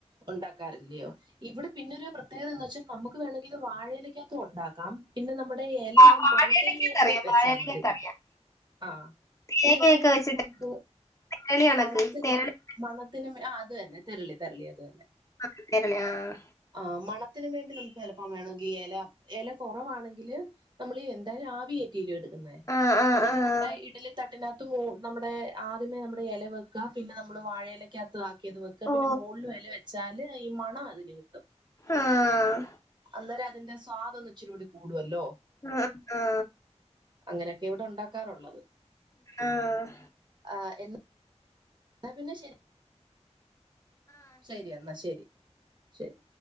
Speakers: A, on the right (about 40°); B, on the left (about 25°).
A: ഒണ്ടാക്കാറില്ലിയോ? ഇവിടെ പിന്നൊരു പ്രത്യേകത എന്ന് വെച്ചാ നമ്മുക്ക് വേണമെങ്കില് വാഴയിലക്കാത്തും ഉണ്ടാക്കാം പിന്നെ നമ്മടെ എല
B: വാ- വാഴയിലക്കകത്തറിയാം
A: മണത്തിന് വേണ്ടി വെച്ചാ
B: വാഴയിലക്കകത്തറിയാം
A: മതി ആഹ്
B: തേങ്ങയൊക്കെ
A: ഈ എല വേണെങ്കി
B: വെച്ചിട്ട്
A: നമുക്ക്
B: തേരളി കണക്ക്
A: മണത്തിന്
B: തേരളി
A: മണത്തിനും ആഹ് അത് തന്നെ തെരളി തെരളി അത് തന്നെ
B: ആഹ് തെരളി ആഹ്
A: ഓഹ് മണത്തിന് വേണ്ടി നമുക്ക് ചെലപ്പം വേണെങ്കി എല എല കൊറവാണെങ്കില് നമ്മള് എന്തായാലും ആവി കേറ്റിയല്ലേ എടുക്കുന്നെ
B: ആഹ് ആഹ്
A: അന്നേരം
B: ആഹ്
A: നമ്മുടെ ഇഡലി തട്ട് തട്ടിന്റകത്ത് നമ്മുടെ ആദ്യമേ നമ്മുടെ എല വെക്കാ പിന്നെ നമ്മള് വാഴയിലക്കകത്ത്താ ക്കിയത് വെക്ക
B: ഓ
A: പിന്നെ മോൾലും എല വെച്ചാല് ഈ മണം അതിന് കിട്ടും
B: ആഹ്
A: ന്നേരം അതിന്റെ സ്വാദ് ഒന്ന് ഇച്ചിരിയൂടി കൂടുവല്ലോ
B: ആഹ് ആഹ്
A: അങ്ങനെയൊക്കെ ഇവിടെ ഉണ്ടാക്കാറുള്ളത്
B: ആഹ്
A: <unintelligible> ന്നാ പിന്നെ ശരി ശരി എന്നാ ശരി ശരി